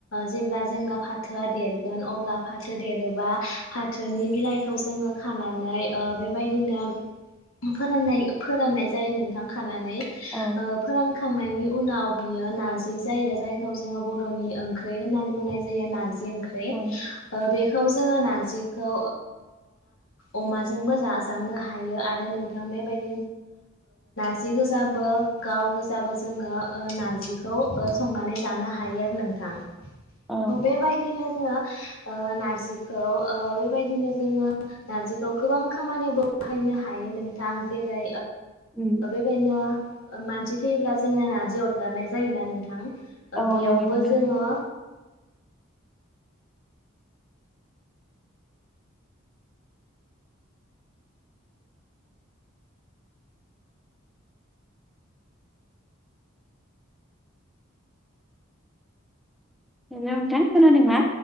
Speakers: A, on the left; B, in the centre.
A: जेब्ला जोंना फाथोआ देरगोन अब्ला फाथो देरोबा फाथोनि बिलाइखौ जो खबाय दिनो फोर फोराननाय जायो नोंथां । नानै
B: औ
A: फोरानखांनायनि उनाव बियो नारजि जायो जायखौ जोङो बर'नि ओंख्रि होननानै बुंनाय जायो नारजि जि ओंख्रि
B: औ
A: बेखोव जोङो नारजिखौ अमाजोंबो जानो हायो आरो नोंथां बेबाय <inaudible> नारजि गोजाबो गाव गोजाबो जोङो नारजिखौ संनानै जानो हायो आरो नोंथां
B: औ
A: बेबायदिनो जोङो नारजिखौ बेबायदिनो जोङो नारजिखौ गोबां खामानियावबो बाहायनो हायो नोंथां जेरै
B: उम,
A: बेबायदिनो मानसि थैयोब्ला जोंना नारजि अरगारनाय जायोना नोंथां
B: औ
A: बेयावबो
B: नंगौ नोंथां
A: जोङो
B: हेलथा खोनादोंङा